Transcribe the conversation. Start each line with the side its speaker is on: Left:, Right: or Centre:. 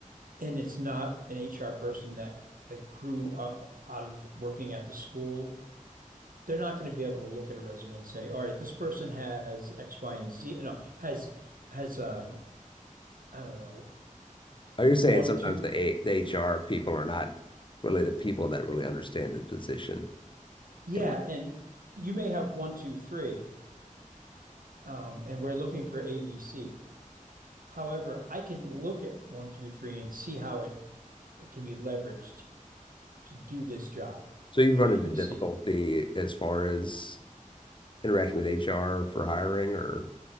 Right: and it's not an HR person that like grew up out of working at the school, they're not going to be able to look at a resume and say, all right, this person has X, Y, and Z, no, has has um, I don't know,
Left: Oh, you're
Right: one,
Left: saying sometimes
Right: two,
Left: the A the HR people are not really the people that really understand the position
Right: Yeah,
Left: and what.
Right: and you may have one, two, three, um, and we're looking for ABC. However, I can look at one, two, three and see how it, it can be leveraged to do this job
Left: So you've
Right: of
Left: run
Right: ABC.
Left: into difficulty as far as interacting with HR for hiring, or